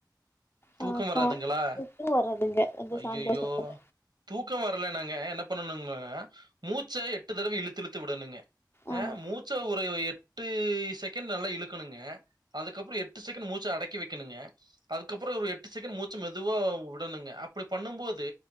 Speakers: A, on the right; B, on the left.
A: தூக்கம்
B: ஆ
A: வராதுங்களா
B: ச உப்பு வராதுங்க அந்த
A: ஐய்யய்யோ
B: சாந்தோசத்துல
A: தூக்கம் வரல நாங்க பண்ணனுங்க மூச்ச எட்டு தடவை இழுத்து இழுத்து விடணுங்
B: ஆமா
A: ஆஹ் மூச்ச உற உ எட்டு செகண்ட் நல்லா இழுக்கணுங்க அதுக்கப்புறோ எட்டு செக்கெண்ட் மூச்ச அடக்கி வெக்கணுங்க அது அதுக்கப்புறோ ஒரு எட்டு செகண்ட் மூச்ச மெதுவா விடணுங்க அப்படி பண்ணும் போது